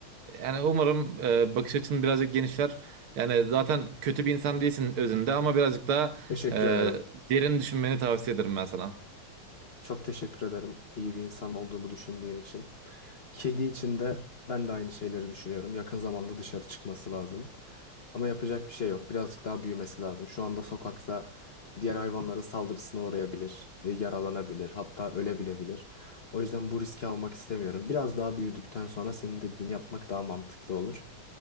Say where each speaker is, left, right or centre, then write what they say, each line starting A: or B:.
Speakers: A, on the right; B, on the left.
A: Yani umarım e, bakış açın birazcık genişler. Yani zaten kötü bir insan değilsin özünde ama birazcık daha
B: Teşekkür
A: e,
B: ederim.
A: derin düşünmeni tavsiye ederim ben sana.
B: Çok teşekkür ederim iyi bir insan olduğumu düşündüğün için. Kedi için de ben de aynı şeyleri düşünüyorum. Yakın zamanda dışarı çıkması lazım. Ama yapacak bir şey yok. Birazcık daha büyümesi lazım. Şu anda sokakta diğer hayvanların saldırısına uğrayabilir, e, yaralanabilir, hatta ölebilebilir. O yüzden bu riski almak istemiyorum. Biraz daha büyüdükten sonra senin dediğini yapmak daha mantıklı olur